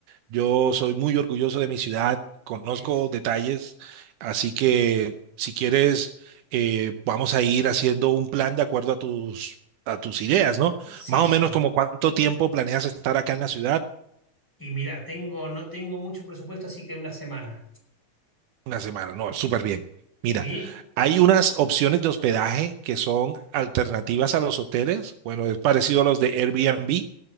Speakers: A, on the right; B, in the centre.
A: Yo soy muy orgulloso de mi ciudad, conozco
B: Es,
A: detalles, así que si quieres, eh, vamos a ir haciendo un plan de acuerdo a tus, a tus ideas, ¿no?
B: sí,
A: Más
B: sí.
A: o menos como cuánto tiempo planeas estar acá en la ciudad.
B: Y mira, tengo, no tengo mucho presupuesto, así que una semana.
A: Una semana, no, súper bien. Mira,
B: ¿Sí?
A: hay unas opciones de hospedaje que son alternativas a los hoteles. Bueno, es parecido a los de Airbnb